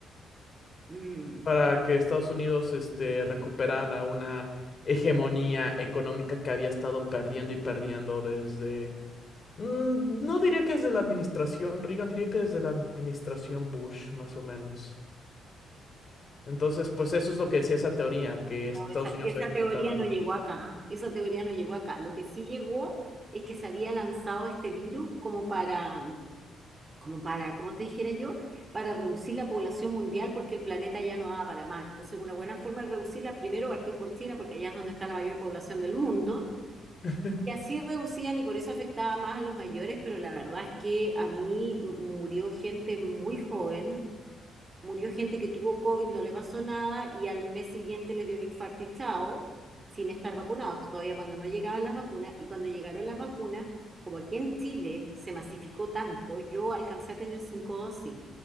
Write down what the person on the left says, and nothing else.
para que Estados Unidos este, recuperara una hegemonía económica que había estado perdiendo y perdiendo desde... mm, No diría que desde la administración Reagan, diría que desde la administración Bush, más o menos. Entonces, pues eso es lo que decía esa teoría, que
Estados
Unidos
había implantado
el...